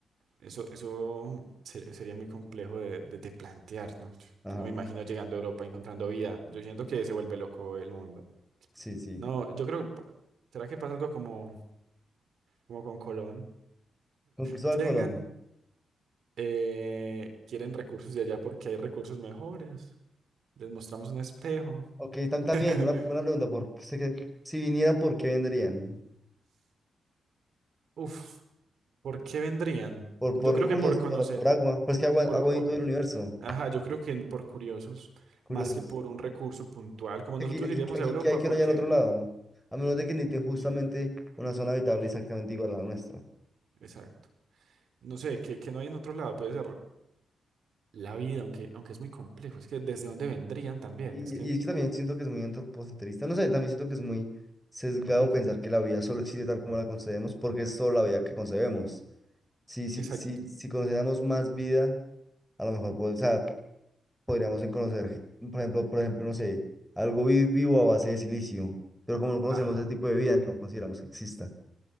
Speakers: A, on the right (about 75°); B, in the centre.
A: eso, eso se- sería muy complejo de, de, de plantear, ¿no?
B: Ajá,
A: Yo no me imagino llegando a Europa encontrando vida. Yo siento que se vuelve loco el mundo.
B: sí, sí.
A: No, yo creo, ¿será que pasa algo como, como con Colón?
B: Con Cristóbal
A: Llegan,
B: Colón.
A: eh, quieren recursos de allá porque hay recursos mejores. Les mostramos un espejo.
B: Ok, tam- también, una
A: <laughs>
B: buena pregunta. Por, sé que si vinieran, ¿por qué vendrían?
A: Uf, ¿por qué vendrían?
B: ¿Por,
A: Yo
B: por
A: creo
B: recursos?
A: que por conocer,
B: ¿Por, por agua? Pues que agua,
A: por,
B: agua
A: por-
B: en todo el universo.
A: ajá, yo creo que por curiosos,
B: Curiosos.
A: más que por un recurso puntual. Como nosotros
B: Aquí, aquí,
A: iríamos
B: aquí,
A: a Europa,
B: ¿qué hay que
A: ¿por
B: ir allá
A: qué?
B: en otro lado? A menos de que necesiten justamente
A: Vida,
B: una zona habitable exactamente igual a la nuestra.
A: exacto. No sé, que, que no hay en otro lado, puede ser la vida, aunque, aunque es muy complejo. Es que desde dónde vendrían también,
B: Y,
A: es que,
B: y es que también siento que es muy antropocentrista. No sé, también siento que es muy sesgado
A: mm,
B: pensar que la vida solo existe tal como la concebemos, porque es solo la vida que concebemos. Si, si,
A: exacto,
B: si, si consideramos más vida, a lo mejor pues, o sea, podríamos en conocer, ge- por ejemplo, por ejemplo, no sé, algo vi- vivo a base de silicio. Pero como no conocemos
A: ajá.
B: ese tipo de vida, no consideramos que exista.